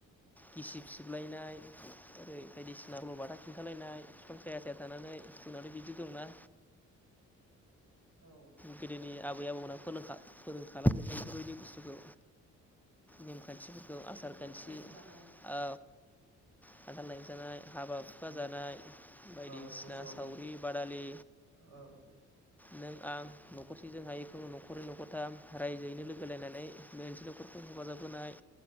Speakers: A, in the centre; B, on the right.
A: गिसि
B: औ
A: सिबलायनाय ओरै बायदिसिना सल' बाथा खिन्थालायनाय
B: औ
A: बिफां साया साया थानानै जोंनाथ' बिदि दंना
B: औ
A: गोदोनि आबै आबौमैना फोरों खा फोरोंखाजोबनाय बेफोरबायदि बुस्थुखौ नेमखान्थिफोरखौ
B: औ ज'
A: आसार
B: ज' खान्थाल
A: खान्थि
B: थाइजौ जानाय
A: आ खान्थाल थाइजौ जानाय हाबा हुखा
B: औ
A: जानाय बायदिसिना
B: औ ज' ज'
A: सावरि बादालि
B: औ औ
A: नों आं न'खरसेजों हायैखौ न'खरै न'खरथाम रायजोयैनो
B: औ
A: लोगोनांनानै बे ओसोल न'खरखौ हेफाजाब होनाय